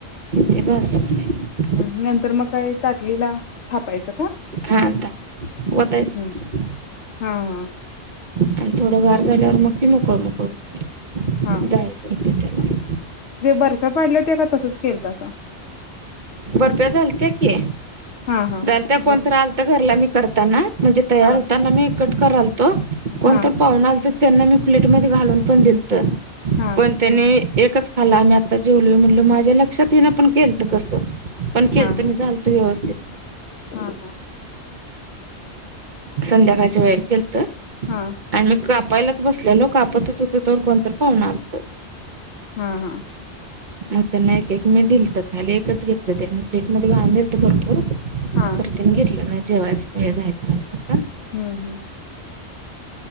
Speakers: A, on the right; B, on the left.
A: ते भाजलं. म्हणायचं
B: हम्म नंतर मग काय ताटलीला थापायचं का?
A: हा ता वतायचच.
B: हम्म हा हा
A: आणि थोडं वार झाल्यावर मग ती मोकळ मोकळ होतय.
B: हा हा
A: जाळी पडते त्याला.
B: बर्फ्या ख <unintelligible> पाडलं ते का तसंच केलत सां
A: बर्फ्या झाल ते की.
B: हा हा
A: झाल त्या कोणत
B: ब-
A: आल तर घरला मी करताना म्हणजे तयार
B: हा
A: होताना मी कट करलतो कोणत
B: हा
A: पाहन आल तर त्यांना मी प्लेट मध्ये घालून पण दिल तर
B: हा
A: पण त्यांनी. एकच खाला आम्ही आता जेवल म्हणलो माझ्या लक्षात येन पण ख केलत कस. पण केलत
B: हा हा
A: मी झालतो व्यवस्थित.
B: हा हा
A: संध्याकाळच्या वेळेल केलत.
B: हा
A: आणि मग कापायलाच बसलेलो कापतच होत तरवर कोणतर पाहून आलत.
B: हा हा.
A: आण त्यांना मी एक एक मी दीलत खाली एकच घेतलं ते मी प्लेट मध्ये <unintelligible> घाून दिल तर भरपूर
B: हा
A: करते घेतलं नाही जेव्हास <unintelligible> वेळ झाला म्हणजे
B: हम्म हम्म.